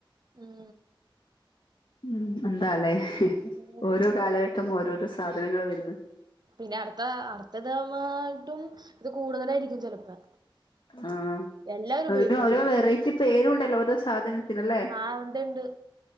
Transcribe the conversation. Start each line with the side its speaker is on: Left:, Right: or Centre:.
Right: ഉം
Left: ഉം എന്താലേ
Right: ഉം
Left: ഓരോ കാലഘട്ടം ഓരോരോ സാധനങ്ങൾ വരുന്ന്
Right: പിന്നെ അടുത്ത അടുത്തത്മായിട്ടും ഇത് കൂടുതലായിരിക്കും ചെലപ്പോ
Left: ആഹ്
Right: എല്ലാവരും
Left: അതിന്
Right: ഉപയോഗിക്കും
Left: ഓരോ വെറൈ റ്റി പേരൂണ്ടല്ലോ ഓരോ സാധനത്തിനല്ലേ
Right: ആ ഉണ്ട് ഉണ്ട്